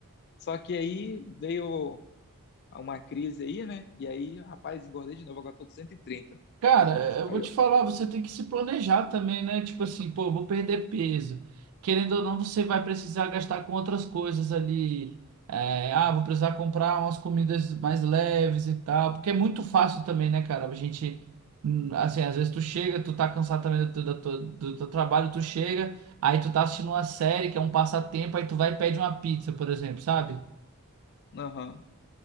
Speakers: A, on the left; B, on the right.
A: Só que aí veio uma crise aí, né? E aí, rapaz, engordei de novo, agora tô com 130.
B: Cara, eu
A: Aí
B: vou
A: eu,
B: te falar, você tem que se planejar também, né? Tipo assim, pô, eu vou perder peso. Querendo ou não, você vai precisar gastar com outras coisas ali. É, ah, vou precisar comprar umas comidas mais leves e tal. Porque é muito fácil também, né, cara? A gente, hum, assim, às vezes tu chega, tu tá cansado também do, teu- do, teu- do teu trabalho, tu chega, aí tu tá assistindo uma série que é um passatempo, aí tu vai e pede uma pizza, por exemplo, sabe?
A: aham.